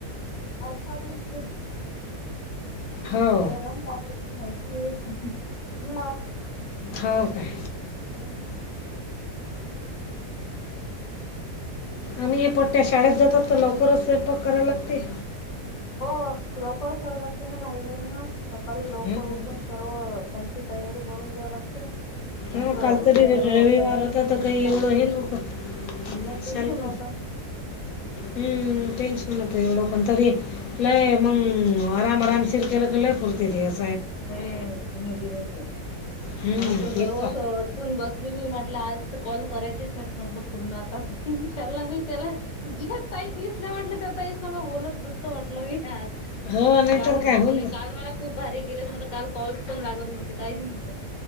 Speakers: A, on the left; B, on the left.
A: आज कारल्याची भाजी केली,
B: हो
A: वरण-भात <inaudible>
B: हो काय
A: हम्म
B: आम्ही ए पट्टया शाळेत जातात तर लवकरच स्वयंपाक करायला लागते.
A: हो लवकर कराव लागते ना घाई-घाई ना सकाळी लवकर
B: हम्म.
A: उठून सर्व त्यांची तयारी करून द्या लागते. त्यांचं
B: हा काल तरी र
A: सर्व
B: रविवारताता काही
A: त्या
B: एवढं हे नव्हतं.
A: नाही
B: शांत
A: टेन्शन नव्हता.
B: हम्म टेंशन तेवढं पण तरी लय मंग आराम-आरामशीर केलं की लय पूर्ती दिवस
A: <unintelligible> पूर्ण दिवस जातं,
B: हम्म
A: आज तर सर्व
B: एक
A: स अटकून बस ली मी म्हटलं आज तर कॉल करायचेच म्हटलं पूर्ण आता ह्याला नी त्याला जे ताई दिसल्या वाटलं काय ताई संग बोलत बसतं वाटलं मी आज.
B: हो नाहीतर
A: काल नाही
B: काय होऊन
A: काल मला खूप भारी गेलेत म्हटलं कॉल्स पण लागत नव्हते काहीच नव्हता.